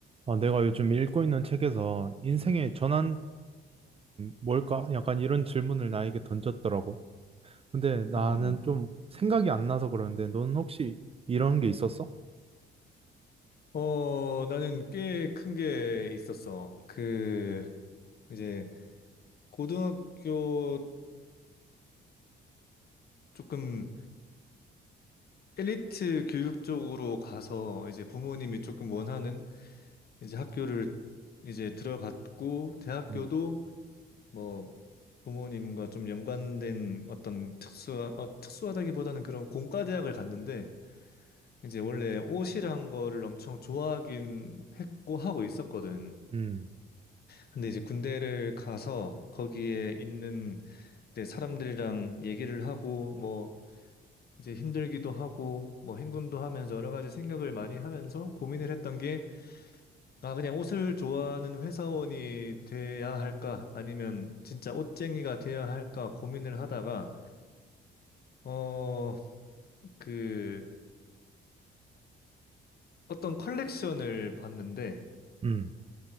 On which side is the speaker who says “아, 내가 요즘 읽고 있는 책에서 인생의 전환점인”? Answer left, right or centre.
Right